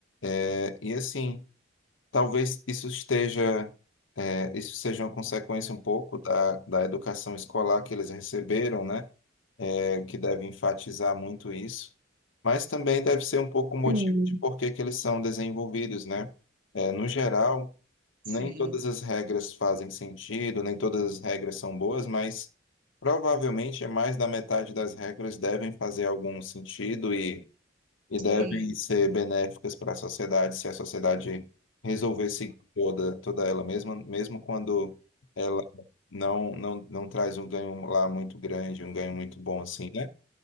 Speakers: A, on the left; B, on the right.
A: É, e assim, talvez isso esteja, é, isso seja uma consequência um pouco da, da educação escolar que eles receberam, né? É, que deve enfatizar muito isso. Mas também deve ser um pouco o motivo
B: Sim,
A: de por que que eles são desenvolvidos, né? É, no geral,
B: Sim,
A: nem todas as regras fazem sentido, nem todas as regras são boas, mas provavelmente é mais da metade das regras devem fazer algum sentido e, e devem
B: sim.
A: ser benéficas para a sociedade se a sociedade resolver seguir toda, toda ela, mesma mesmo quando ela não, não, não traz um ganho lá muito grande, um ganho muito bom assim, né?